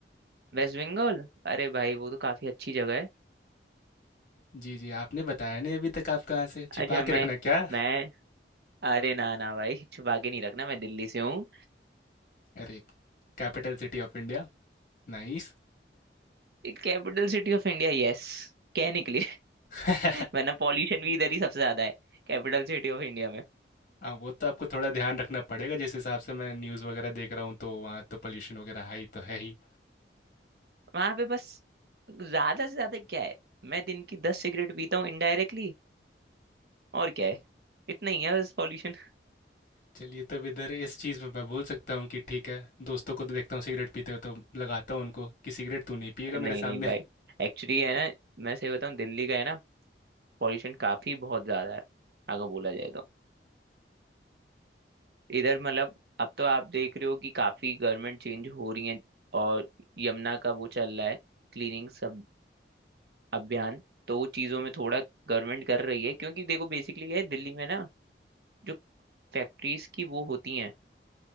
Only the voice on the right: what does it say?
वेस्ट बंगाल अरे भाई वो तो काफी अच्छी जगह है
अच्छा मैं
मैं अरे ना ना भाई छुपा के नहीं रखना मैं दिल्ली से हूँ
Capital city of India yes कहने के लिए
<laughs> वरना पॉल्यूशन भी इधर ही सबसे ज्यादा है कैपिटल सिटी ऑफ इंडिया में
वहां पे बस ज्यादा से ज्यादा क्या है मैं दिन की दस सिगरेट पीता हूँ इनडायरेक्टली और क्या है इतना ही है बस पॉल्यूशन।
नहीं
नहीं भाई एक्चुअली है ना मैं सही बताऊँ दिल्ली का है ना पॉल्यूशन काफी बहुत ज्यादा है अगर बोला जाए तो इधर मतलब अब तो आप देख रहे हो कि काफी गवर्नमेंट चेंज हो रही है और यमुना का वो चल रहा है क्लीनिंग सब अभियान तो वो चीजों में थोड़ा गवर्नमेंट कर रही है क्योंकि देखो बेसिकली ये है, दिल्ली में ना जो फैक्ट्रीज की वो होती हैं